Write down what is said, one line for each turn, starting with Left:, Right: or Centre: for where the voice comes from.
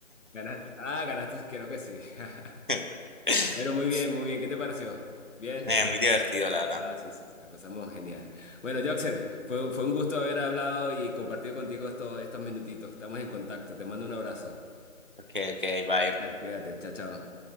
Left: ganaste. Ah, ganaste, creo que sí. <laughs>
Right: <laughs>
Left: Bueno, muy bien, muy bien. ¿Qué te pareció? ¿Bien?
Right: Eh, muy divertido, la verdad.
Left: Ah, sí, sí, sí, la pasamos genial. Bueno, Joxer, fue, fue un gusto haber hablado y compartido contigo estos, estos minutitos. Estamos en contacto. Te mando un abrazo.
Right: Ok, ok, bye.
Left: Vale, cuídate. Chao, chao.